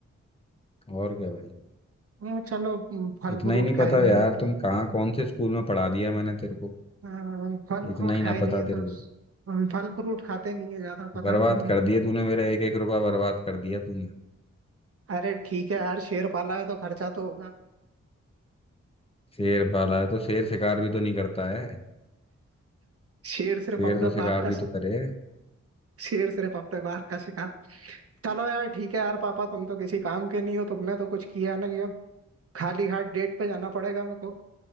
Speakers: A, on the left; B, on the right.
A: और क्या भाई
B: अ, चलो म, फल
A: इतना
B: फ्रूट
A: ही नहीं
B: खाए
A: पता
B: नहीं
A: यार
B: है तो।
A: तुम कहाँ कौन से स्कूल में पढ़ा दिया मैंने तेरे को
B: हाँ, फल
A: इतना
B: फ्रूट
A: ही
B: खाए
A: ना
B: नहीं
A: पता
B: है
A: तेरे
B: तो
A: को
B: हम फल फ्रूट खाते नहीं है ज्यादा पता
A: बर्बाद
B: नहीं होगा
A: कर दिया तूने मेरा एक एक रुपया बर्बाद कर दिया तूने
B: अरे ठीक है यार शेर पाला है तो खर्चा तो होगा
A: शेर पाला है तो शेर शिकार भी तो नहीं करता है
B: शेर सिर्फ
A: शेर
B: अपने
A: तो शिकार
B: बाप का
A: भी तो करे
B: शेर सिर्फ अपने बाप का शिकार चलो यार ठीक है यार पापा तुम तो किसी काम के नहीं हो तुमने तो कुछ किया नहीं अब खाली हाथ डेट पे जाना पड़ेगा मेरे को